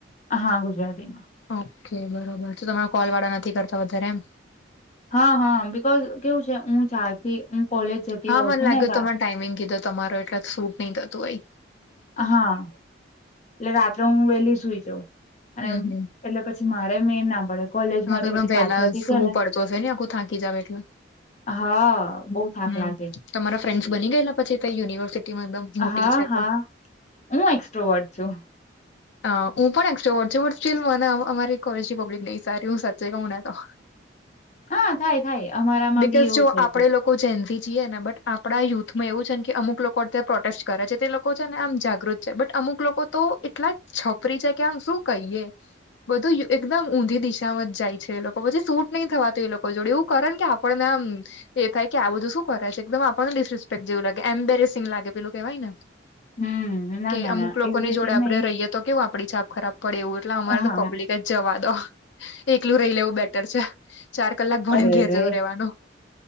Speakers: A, on the left (about 40°); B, on the left (about 70°).
A: હા ગુજરાતીમાં
B: ઓકે બરોબર તો તમે કોલ વાળા નથી કરતા વધારે એમ
A: હા હા બિકોઝ કેવું છે હું ચારથી હું કોલેજ જતી
B: હા
A: હોઉં
B: મને
A: છું
B: લાગ્યું
A: ને તા
B: તમામે ટાઈમિંગ કીધું તમારો એટલે સૂટ નહી થતું હોઈ
A: હા એટલે રાત્રે હું વેલી સુઈ જાઉં અને
B: હમ હમ
A: એટલે પછી મારે મેળ ના પડે કોલેજમાં
B: હા તો એને
A: પછી
B: પેલા
A: પાછળથી
B: સુવું
A: છે ને
B: પડતો હશે ને આખું થાકી જાવ એટલે
A: હા બઉથાક
B: હમ
A: લાગે છે
B: તમારા ફ્રેન્ડ્સ બની ગયેલા પછી યુનિવર્સિટીમાં એકદમ મોટી
A: હા
B: છે
A: હા
B: તો
A: હું એકસ્ટ્રોટ છું
B: હ હું પણલ મને અમારી કોલેજ પબ્લિક ન સારી હું સાચે કું ના તો
A: હા થાય થાય અમારા માં
B: બિકોઝ
A: બી એવું
B: જો
A: છે
B: આપણે
A: જ
B: લોકો જેનથી જીએ ને બટ આપણા યુથમાં એવું છે ને કે અમુક લોકોત્યારે પ્રોટેસ્ટ કરે છે તે લોકો છે ને આમ જાગૃત બટ અમુક લોકો તો એટલા છપરી છે કે આમ શું કહીએ બધું એકદમ ઊંધી દિશામાં જ જાય છે એ લોકો પછી સૂટ નહીં થવાતું એ લોકો જોડે એવું કારણ કે આપણને આમ એ થાય કે આ બધું શું કરાય છે એકદમ આપણનેિસિસ્પેક્ટ જેવું લાગે એમ્બેરેસિંગ લેલુંહેવાય ને
A: હમ્મ, ના
B: કે
A: ના
B: અમુક
A: ના
B: લોકોની
A: એવી રીતે
B: જોડે આપડે
A: નહી
B: રહીય તો કેવું આપડી છાપ ખરાબ પડે એવું એટલે અમારે
A: હા,
B: તો પબ્લિક જ જવા દો એકલું રહી લેવું બેટર છે ચાર કલાક ભણીને
A: અરે
B: ઘેર
A: રે
B: જતું રેવાનું